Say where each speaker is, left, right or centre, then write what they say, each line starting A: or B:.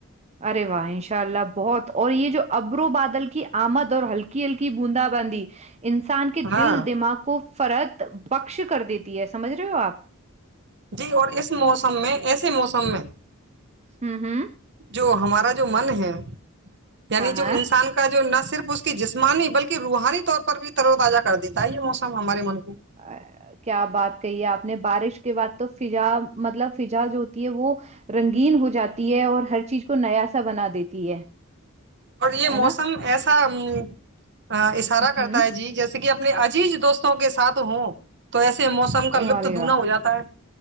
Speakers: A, on the right; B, on the right.
A: ارے واہ ان شاء اللہ بہت اور یہ جو ابرو بادل کی آمد اور ہلکی ہلکی بوندا بندی انسان کے
B: ہاں
A: دل دماغ کو فرت بخش کر دیتی ہے سمجھ رہے ہو آپ
B: جی اور اس موسم میں ایسے موسم میں
A: ہوں ہوں
B: جو ہمارا جو من ہے یعنی
A: ہاں ہاں
B: جو انسان کا کا جو نہ صرف اس کی جسمانی بلکہ روحانی طور پر بھی تر و تازہ کر دیتا ہے یہ موسم ہمارے من کو
A: آ، کیا بات کہی ہے آپ نے بارش کے بعد تو فضا مطلب فضا جو ہوتی ہے وہ رنگین ہو جاتی ہے اور ہر چیز کو نیا سا بنا دیتی ہے
B: اور یہ
A: ہے نا
B: موسم ایسا ا اشارہ کرتا
A: ہوں
B: ہے جی جیسے کہ اپنے عجیز دوستوں کے ساتھ ہوں تو ایسے موسم کا لطف
A: ارے
B: دوگنا
A: واہ
B: ہو جاتا ہے